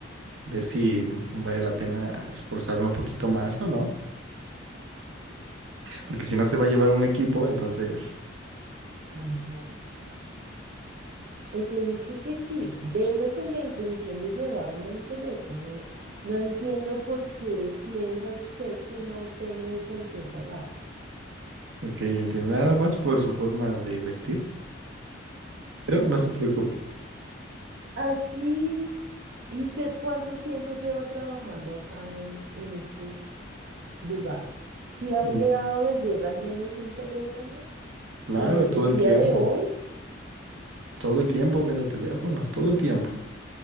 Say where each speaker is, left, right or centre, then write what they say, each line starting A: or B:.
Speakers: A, on the right; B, on the right.
A: ver si vale la pena esforzarme un poquito más o no, porque si no se va a llevar un equipo, entonces,
B: Ajá. Pues he dicho que sí, vengo con la intención de llevarme un teléfono. No, no entiendo por qué piensa usted que no tengo con qué pagarlo.
A: ok, entiendo nada más por su forma de vestir, pero no se preocupe.
B: Así, ¿y usted cuánto tiempo lleva trabajando acá en, en este lugar? Si ha
A: Mm,
B: llegado a vender al menos un teléfono
A: Claro,
B: en
A: todo
B: el
A: el
B: día
A: tiempo,
B: de hoy,
A: todo el tiempo vendo teléfonos, todo el tiempo.